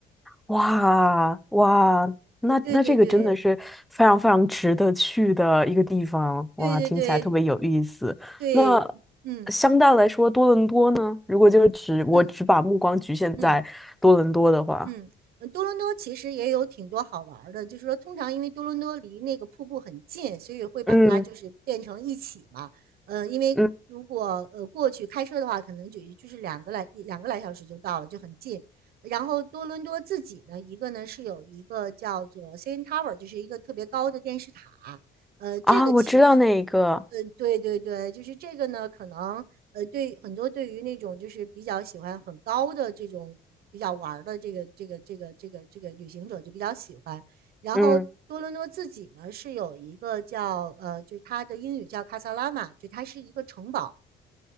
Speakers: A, in the centre; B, on the right.
A: 哇哇，那那这个真的是非常非常值得去的一个地方，
B: 呃，对对对对对对
A: 哇，听起来特别有意思。
B: 对，
A: 那
B: 嗯
A: 相对来说，多伦多呢？如果就是只我只把目光局限在多伦多的话，
B: 嗯嗯。嗯嗯，呃多伦多其实也有挺多好玩儿的，就是说，通常因为多伦多离那个瀑布很近，所以会把它就是变成一起嘛。
A: 嗯
B: 呃，因为如果呃过去开车的话，
A: 嗯
B: 可能就就是两个来两个来小时就到了，就很近。然后多伦多自己呢，一个呢是有一个叫做 CN Tower，就是一个特别高的电视塔。呃，这个其实，
A: 啊，我知道那一个，
B: 呃，对对对，就是这个呢，可能。呃，对很多对于那种就是比较喜欢很高的这种比较玩儿的这个这个这个这个这个旅行者就比较喜欢。然后多伦多自己呢是有一个叫呃，
A: 嗯
B: 就是它的英语叫卡萨拉玛，就它是一个城堡。